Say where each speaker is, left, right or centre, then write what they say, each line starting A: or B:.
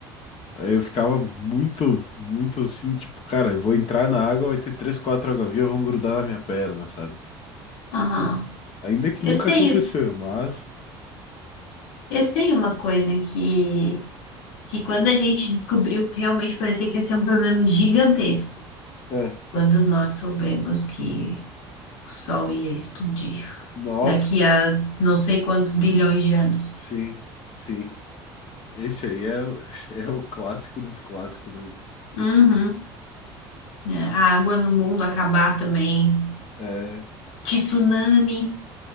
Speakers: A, on the left; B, on the left.
A: Aí eu ficava muito, muito assim, tipo, cara, eu vou entrar na água, vai ter três, quatro água-viva, vão grudar na minha perna, sabe?
B: Aham.
A: Ainda que
B: Eu
A: nunca
B: sei.
A: aconteceu, mas...
B: Eu sei uma coisa que, que quando a gente descobriu, realmente parecia que ia ser um problema gigantesco.
A: É,
B: Quando nós soubemos que o Sol ia explodir
A: nossa,
B: daqui a não sei quantos bilhões de anos.
A: sim, sim. Esse aí é, o- <laughs> esse é o clássico dos clássicos mesmo.
B: Uhum. É, A água no mundo acabar também.
A: É.
B: Tsunami.